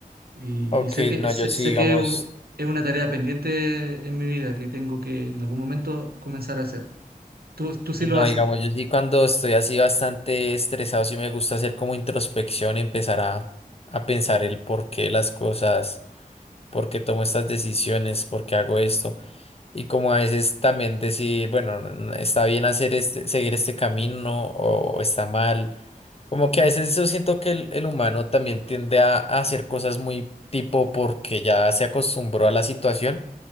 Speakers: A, on the right; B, on the left.
A: Y,
B: Ok,
A: y sé que,
B: no,
A: sé,
B: yo sí,
A: sé
B: digamos,
A: que u- es una tarea pendiente en mi vida que tengo que en algún momento comenzar a hacer. Tú, tú sí
B: no,
A: lo haces.
B: digamos, yo sí cuando estoy así bastante estresado, sí me gusta hacer como introspección, empezar a, a pensar el por qué las cosas, por qué tomo estas decisiones, por qué hago esto. Y como a veces también decir, bueno, n- está bien hacer este, seguir este camino o está mal Como que a veces yo siento que el, el humano también tiende a, a hacer cosas muy tipo porque ya se acostumbró a la situación